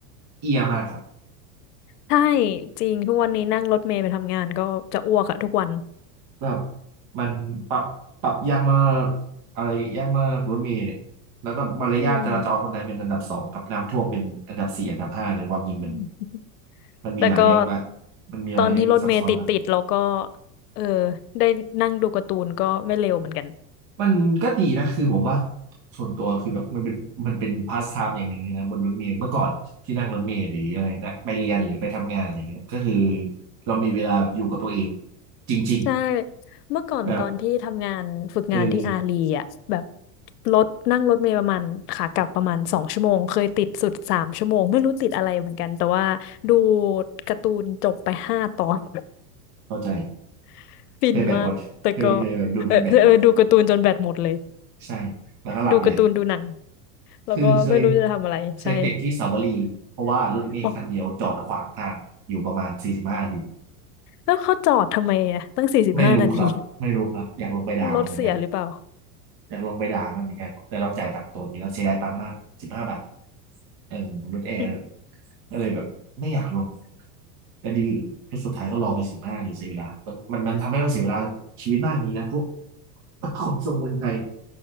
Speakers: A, on the right (about 50°); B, on the left (about 85°).
A: เอียมากครับ
B: ใช่จริงทุกวันนี้นั่งรถเมล์ไปทำงานก็จะอ้วกอะทุกวัน
A: แบบมันปรับปรับยากมากอะไรยากมากรถเมล์เนี่ยแล้วก็มารยาทจราจรคนไทยเป็นอันดับสองกับน้ำท่วมเป็นอันดับสี่อันดับห้าในความจริงมัน
B: อืมอืม
A: มันมีหลายเรื่องมาก
B: แต่ก็
A: มันมีหลายเรื่องซับซ้อนมาก
B: ตอนที่รถเมล์ติดติดเราก็เออได้นั่งดูการ์ตูนก็ไม่เร็วเหมือนกัน
A: มันก็ดีนะคือผมว่าส่วนตัวคือแบบมันเป็นมันเป็นพาสไทม์อย่างหนึ่งเลยนะบนรถเมล์เมื่อก่อนที่นั่งรถเมล์หรืออะไรนะไปเรียนหรือไปทำงานอะไรเงี้ยก็คือเรามีเวลาแบบอยู่กับตัวเองจริง
B: ใช่เมื่อก่อนตอนที่ทำงานฝึกงานที่อาลีอ่ะแบบ
A: ๆแบบเออ
B: รถนั่งรถเมล์ประมาณขากลับประมาณสองชั่วโมงเคยติดสุดสามชั่วโมงไม่รู้ติดอะไรเหมือนกันแต่ว่าดูการ์ตูนจบไปห้าตอน
A: เข้าใจ
B: <laughs> ฟินมากแต่ก็
A: เคยแบตหมดเคยเคยแบบดูจนแบตหมด
B: เออเออดูการ์ตูนจนแบตหมดเลย
A: ใช่แล้วก็หลับเลย
B: ดูการ์ตูนดูหนังแล้วก็ไม่รู้จะทำอะไรใช่
A: คือเคยเคยติดที่สาวรีเพราะว่ารถเมล์คันเดียวจอดขวางทางอยู่ประมาณสี่สิบห้านาที
B: อ๋อแล้วเขาจอดทำไมอ่ะตั้งสี่สิบห้านาที
A: ไม่รู้ครับไม่รู้ครับอยากลงไปด่ามันเหมือนกัน
B: รถเสียหรือเปล่า
A: อยากลงไปด่ามันเหมือนกันแต่เราจ่ายตังค์ตัวนี้แล้วเสียดายตังค์มากสิบห้าบาทเออรถแอร์ด้วย
B: อืม
A: ก็เลยแบบไม่อยากลงแต่ดีแล้วสุดท้ายก็รอไปสิบห้านาทีเสียเวลามันมันมันทำให้เราเสียเวลาชีวิตมากอย่างนี้นะพวก <laughs> คนทรงเมืองไทย